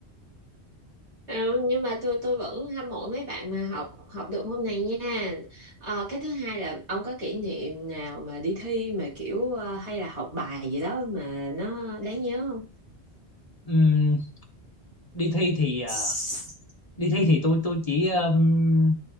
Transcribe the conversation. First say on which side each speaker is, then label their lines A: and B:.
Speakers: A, on the right (about 85°); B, on the left (about 35°).
A: Ừ, nhưng mà tôi tôi vẫn hâm mộ mấy bạn mà học học được môn này nha. Ờ, cái thứ hai là ông có kỷ niệm nào mà đi thi mà kiểu ờ, hay là học bài gì đó mà nó đáng nhớ không?
B: Ừm, đi thi thì
A: <laughs>
B: ờ, đi thi thì tôi tôi chỉ ừm,